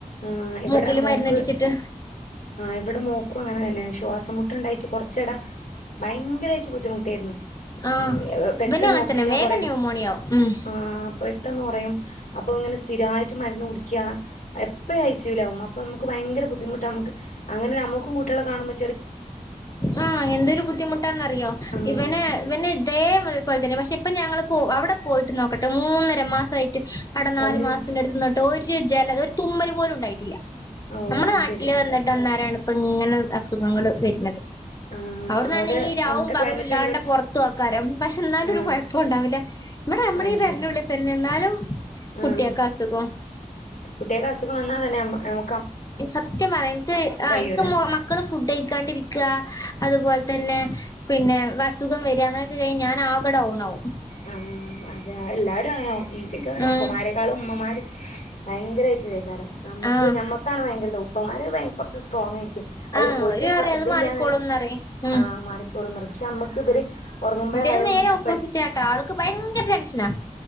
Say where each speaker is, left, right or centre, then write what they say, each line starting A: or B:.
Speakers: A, on the left; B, on the left.
A: ആഹ് ഇവ്ടെ
B: മൂക്കില്
A: മോക്ക്
B: മരുന്നിടിച്ചിട്ട്
A: ഇവ്ടെ മോക്ക് അനേഷ് തോസമട്ടുണ്ടായിട്ട് കൊറച്ച് ചെടാ ഭയങ്കരായിട്ട് ബുദ്ധിമുട്ടേരുന്നു <unintelligible>
B: ആഹ്
A: പെട്ടെന്ന്
B: ഇവനും അങ്ങനെ
A: ഓക്സിജൻ
B: തന്നെ വേഗം
A: കുറയും
B: ന്യൂമോണിയാവും ഉം
A: ആഹ് പെട്ടെന്ന് ട്ടെന്നൊറിയും അപ്പോൾ ഇങ്ങനെ സ്ഥിരമായിട്ട് മരുന്ന് കുടിക്ക്യാ ഇപ്പ ഇ ഐ സ്യുലാവും അപ്പൊമ്മക്ക് ഭയങ്കര ബുദ്ധി ബുദ്ധിമുട്ടമ്മക്ക് അങ്ങനെ നമുക്കും കു ട്ട്യാളെ കാണുമ
B: ആഹ് എന്തൊരു ബുദ്ധിമുട്ടന്നറിയോ
A: ആഹ്
B: ഇവന ഇവന്നെ ഇതേ പോലെ തന്നെ പക്ഷെ അപ്പൊ ഞങ്ങള് പോ അവിടെ പോയിട്ട് നോക്കട്ടെ മൂന്നര മാസായിട്ട് അടെ നാല്
A: ഒന്നും
B: മാസത്തിന്റെ അടുത്ത്ന്നിട്ട് ഒരു ജലം ഒരു തുമ്മല് പോലും ഉണ്ടായിട്ടില്ല
A: ഓ
B: നമ്മടെ
A: അത്
B: നാട്ടില്
A: ശരി
B: വന്നിട്ട് അന്നേരാണ് ഇപ്പ ങ്ങനെ അസുഖങ്ങള് വര്ന്നത്
A: ആഹ്
B: അവിടന്നാണെങ്കി
A: അവിടെ
B: രാവും
A: അവിടുത്തെ
B: പകലും
A: ക്ലൈമറ്റ്
B: ഇല്ലാണ്ട
A: അവന് പറ്റി
B: പൊറത്തു ആക്കാരും പക്ഷെ എന്നാലും
A: ആഹ്
B: ഒരു കുഴപ്പം ണ്ടാവില്ല ഇവിടെ നമ്മളീഈ
A: അത്
B: പരന്റുള്ളി
A: ശരി
B: തന്നെ എന്നാലും കുട്ടികൾക്ക്
A: ആഹ്
B: അസുഖം
A: കുട്ട്യേക്ക് അസുഖം വന്നാ തന്നെമ്മ <unintelligible> അമ്മ
B: സത്യം പറയാ ഇൻക്ക് ആഹ്
A: കഴിയൂല
B: മക്കള് ഫുഡ് കഴിക്കാണ്ടിരിക്ക അതുപോലെ അഹ്തന്നെ പിന്നെ വസുഖം വര അങ്ങനെയൊ കഴിഞ്ഞാൻ ആക ഡൗണാകും
A: ആ അതെ അല്ലാരും ആങ്ങാനാകും ഉ പിനിക്ക അങ്ങനെ
B: ഉം
A: ഉപ്പമാരെേക്കാളും ഉമ്മമാര് ഭയങ്കരയിറ്റ് തൈക്കാരം നമുക്ക്
B: ആഹ്
A: മ്മക്കാണ് ഭയങ്കര ഉപ്പമാര്- കുറച്ച് സ്രോങ് യി് അത്
B: ആഹ്
A: ഒര്
B: ഓര്
A: ശ്രദ്ധയില്ലന്ന്
B: പറയും അത് മാറിക്കോളുംന്നറിയും
A: തെ
B: ഉം
A: ആ മാറിക്കോളും ക്ഷെ നമ്മക്ക് ഇവര് ഉറങ്ങുമ്പോഴായും
B: എന്റെത് നേരെ ഓപ്പോസിറ്റ്
A: പെ
B: ആട്ടാ ആൾ ഭയങ്കര ഇഷ്